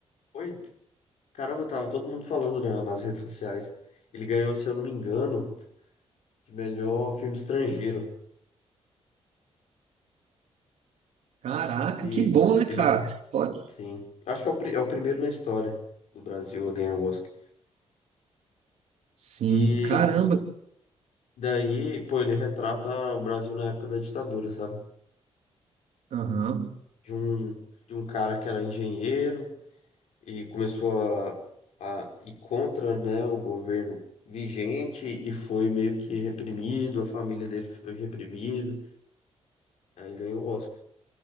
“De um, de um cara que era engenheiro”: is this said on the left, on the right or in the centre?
Left